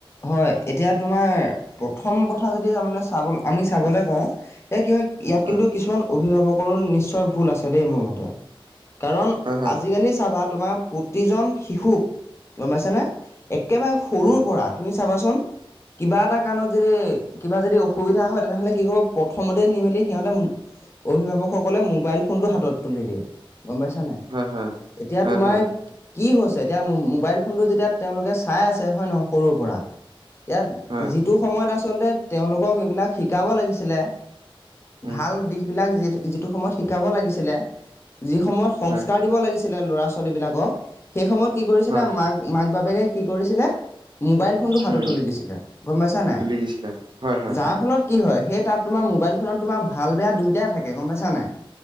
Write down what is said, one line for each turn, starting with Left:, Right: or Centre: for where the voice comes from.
Left: হয়, এতিয়া তোমাৰ প্ৰথম কথা যদি তাৰমানে চাব <unintelligible> আমি চাবলৈ কওঁ এ কি হয়, ইয়াত
Right: হয়
Left: কিন্তু কিছুমান অভিভাৱকৰো নিশ্চয় ভুল আছে দেই! মোৰ মতে। কাৰণ
Right: হয় হয়
Left: আজিকালি চাবা তোমাৰ প্ৰতিজন শিশুক, গম পাইছানে একেবাৰে সৰুৰ
Right: উম
Left: পৰা, তুমি চাবাচোন কিবা এটা কাৰণত যদি, কিবা যদি অসুবিধা হয়, তেনেহ'লে কি কৰিব, প্ৰথমতে নি মেলি সিহঁতে অভিভাৱকসকলে মোবাইল ফোনটো হাতত তুলি দিয়ে। গম পাইছাঁ নাই,
Right: হয় হয়
Left: এতিয়া
Right: হয়
Left: তোমাৰ
Right: হয়
Left: কি হৈছে, এতিয়া মোবাইল ফোনটো যেতিয়া তেওঁলোকে চাই আছে, হয় নহয়, সৰুৰ পৰা এতিয়া,
Right: হয়
Left: যিটো সময়ত আচলতে তেওঁলোকক এইবিলাক শিকাব লাগিছিলে
Right: উম
Left: ভাল দিশ বিলাক যি, যিটো সময়ত শিকাব লাগিছিলে যি সময়ত সংস্কাৰ
Right: হয়
Left: দিব লাগিছিলে ল'ৰা ছোৱালী বিলাকক, সেই সময়ত কি কৰিছিলে,
Right: হয়
Left: মাক, মাক বাপেকে কি কৰিছিলে ম'বাইল ফোনটো হাতত
Right: উম
Left: তুলি দিছিলে গম পাইছা নাই?
Right: তুলি দিছিলা হয় হয়
Left: যাৰ
Right: হয়
Left: ফলত কি হয় সেই তাত তোমাৰ মোবাইল ফোনত তোমাৰ ভাল বেয়া দুয়োটাই থাকে গম পাইছা নাই?